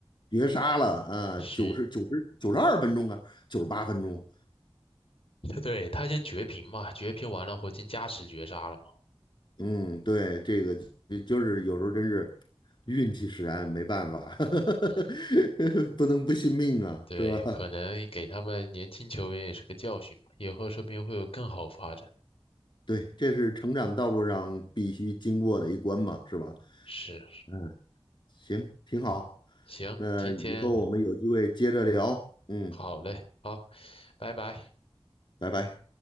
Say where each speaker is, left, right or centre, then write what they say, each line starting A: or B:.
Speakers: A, on the left; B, on the left.
A: 绝杀了啊！
B: 是，
A: 九十九十九十二分钟啊，九十八分钟。
B: <laughs> 对，他先绝平嘛，绝平完了后进加时绝杀了嘛。
A: 嗯，对，这个就就是有时候真是运气使然，没办法，
B: 嗯，
A: <laughs> 不能不信命啊，
B: 对，
A: 是吧？
B: 可能给他们年轻球员也是个教训吧，以后说不定会有更好发展。
A: 对，这是成长道路上必须经过的一关嘛，是吧？
B: 是，
A: 嗯行，挺好。
B: 行，
A: 那以后我们有机会接着聊。
B: 今天
A: 嗯，
B: 好嘞，好，拜拜。
A: 拜拜。